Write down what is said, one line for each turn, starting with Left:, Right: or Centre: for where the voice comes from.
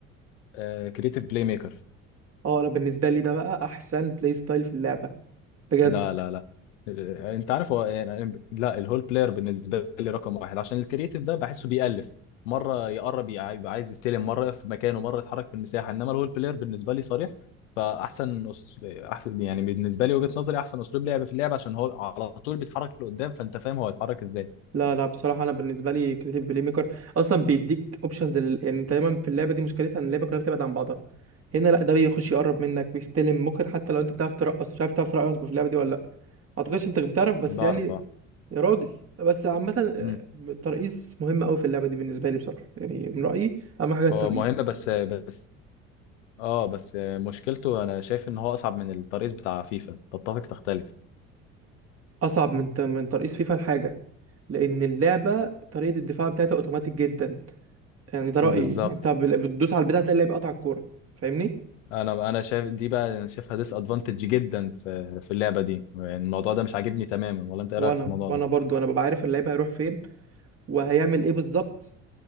Left: آه كريتيف بلاي ميكر
Right: اه انا بالنسبه لي ده بقى احسن بلاي ستايل في اللعبه بجد
Left: لا لا لا إيه، انت عارف هو يعني لا الهول بلاير بالنسبه لي رقم واحد عشان الكرييتيف ده بحسه بيألف مره يقرب يع- يبقى عايز يستلم مره يقف في مكانه مره يتحرك في المساحه انما الهول بلاير بالنسبه لي صريح فاحسن أس... احسن يعني بالنسبه لي وجهه نظري احسن اسلوب لعب في اللعب عشان هو على طول بيتحرك لقدام فانت فاهم هو هيتحرك ازاي
Right: لا لا بصراحه انا بالنسبه لي كريتيف بلاي ميكر اصلا بيديك اوبشنز لل... يعني انت دايما في اللعبه دي مشكلتها ان اللعبه كلها بتبعد عن بعضها هنا لا ده بيخش يقرب منك بيستلم ممكن حتى لو انت بتعرف ترقص مش عارف تعرف ترقص في اللعبه دي ولا لا ما اعتقدش انت بتعرف بس
Left: بعرف
Right: يعني
Left: اه
Right: يا راجل بس عامه آه،
Left: مم.
Right: الترقيص مهم قوي في اللعبه دي بالنسبه لي بصراحه يعني من رايي اهم حاجه الترقيص
Left: هو مهم بس بس اه بس مشكلته انا شايف ان هو اصعب من الترقيص بتاع فيفا تتفق تختلف
Right: اصعب من ت- من ترقيص فيفا الحاجه لان اللعبه طريقه الدفاع بتاعتها اوتوماتيك جدا يعني ده رايي
Left: بالظبط
Right: ان انت بال- بتدوس على البتاع تلاقي اللعيب قطع الكوره فاهمني
Left: انا انا شايف دي بقى انا شايفها ديس ادفانتج جدا في في اللعبه دي يعني الموضوع ده مش عاجبني تماما ولا انت ايه
Right: وانا
Left: رايك في الموضوع
Right: وانا
Left: ده
Right: برضو انا ببقى عارف اللعيب هيروح فين وهيعمل ايه بالظبط